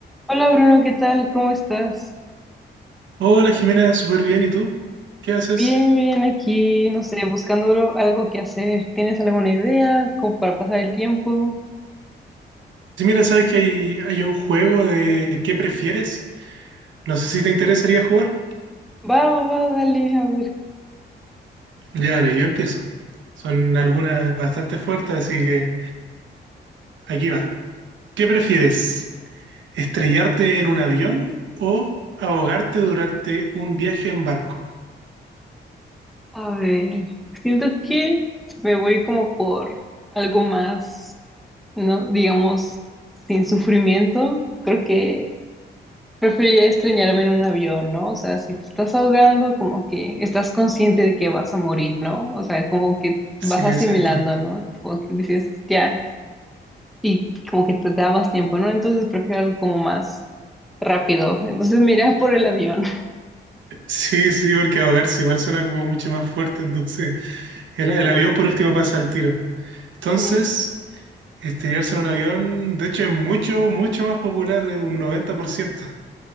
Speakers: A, in the centre; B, on the right.
A: Hola Bruno, ¿qué tal? ¿Cómo estás?
B: Hola Jimena, súper bien. ¿Y tú? ¿Qué haces?
A: Bien, bien aquí, no sé, buscando lo- algo que hacer. ¿Tienes alguna idea como para pasar el tiempo?
B: Sí, mira, sabes que hay, hay un juego de ¿qué prefieres? No sé si te interesaría jugar.
A: Va, va, va, dale, a ver.
B: Ya, dale, yo empiezo. Son algunas bastante fuertes, así que aquí va. ¿Qué prefieres? ¿Estrellarte en un avión o ahogarte durante un viaje en barco?
A: A ver, siento que me voy como por algo más, ¿no? Digamos, sin sufrimiento. Creo que preferiría extrañarme en un avión, ¿no? O sea, si te estás ahogando, como que estás consciente de que vas a morir, ¿no? O sea, como que
B: Sí,
A: vas asimilando,
B: exacto.
A: ¿no? Como que dices, ya. y como que te, te da más tiempo, ¿no? Entonces prefiero algo como más rápido. Entonces mira por el avión. <laughs>
B: Sí, sí, porque ahogarse igual suena como mucho más fuerte, entonces el, el avión por último pasa al tiro. Entonces,
A: Sí,
B: Estrellarse en un avión, de hecho, es mucho, mucho más popular, es un 90%.